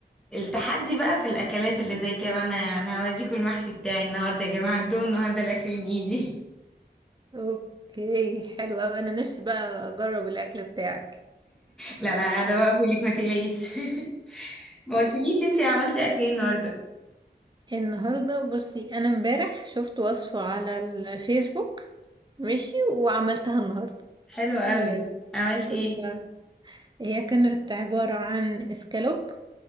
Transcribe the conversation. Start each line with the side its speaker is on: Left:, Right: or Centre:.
Centre: التحدي بقى في الاكلات اللي زي كده انا انا هوريكم المحشي بتاعي النهارده يا جماعه الدون النهارده الاكل من ايدي
Right: اوكي حلو قوي انا نفسي بقى اجرب الاكل بتاعك
Centre: لا لا ده بقى بقولك ما تقلقيش <laughs> ما قلتليش انتي عملتي اكل ايه النهارده
Right: النهارده بصي انا امبارح شفت وصفة على الفيسبوك ماشي وعملتها النهارده
Centre: حلو
Right: <laughs>
Centre: قوي
Right: آه،
Centre: عملتي
Right: ف-
Centre: ايه
Right: هي كانت عبارة عن اسكالوب